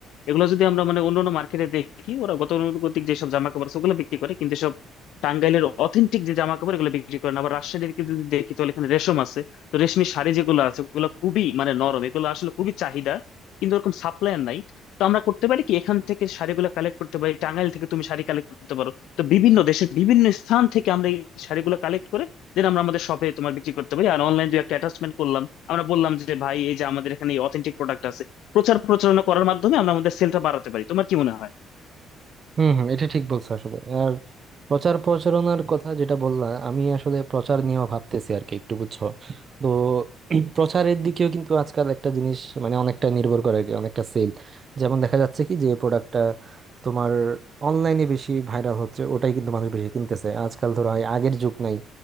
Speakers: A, on the left; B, on the right.
A: এগুলো যদি আমরা মানে অন্যান্য মার্কেটে দেখি ওরা গতানুগতিক যেসব জামা কাপড় আছে ওগুলো বিক্রি করে কিন্তু সব টাঙ্গাইলের অথেন্টিক যে জামা কাপড় এগুলো বিক্রি করে না আবার রাজশাহীর দিকে যদি দেখি তাহলে এখানে রেশম আছে তো রেশমি শাড়ি যেগুলো আছে ওগুলো খুবই মানে নরম এগুলো আসলে খুবই চাহিদা কিন্তু ওরকম সাপ্লায়ার নাই তো আমরা করতে পারি কি এখান থেকে শাড়িগুলো কালেক্ট করতে পারি টাঙ্গাইল থেকে তুমি শাড়ি কালেক্ট করতে পারো তো বিভিন্ন দেশের বিভিন্ন স্থান থেকে আমরা এই শাড়িগুলো কালেক্ট করে দেন আমরা আমাদের শপে তোমার বিক্রি করতে পারি আর অনলাইন দুই একটা অ্যাটাচমেন্ট করলাম আমরা বললাম যে ভাই এই যে আমাদের এখানে অথেন্টিক প্রোডাক্ট আছে প্রচার প্রচারণা করার মাধ্যমে আমরা আমাদের সেলটা বাড়াতে পারি তোমার কি মনে হয়
B: হম হম এটা ঠিক বলছো আসলে আর প্রচার প্রচারণার কথা যেটা বললা আমি আসলে প্রচার নিয়েও ভাবতেছি আর কি একটু বুঝছো তো <clears throat> প্রচারের দিকেও কিন্তু আজকাল একটা জিনিস মানে অনেকটা নির্ভর করে আর কি অনেকটা সেল যেমন দেখা যাচ্ছে কি যে প্রোডাক্টটা তোমার অনলাইনে বেশি ভাইরাল হচ্ছে ওটাই কিন্তু মানুষ বেশি কিনতেছে আজকাল ধরো হয় আগের যুগ নাই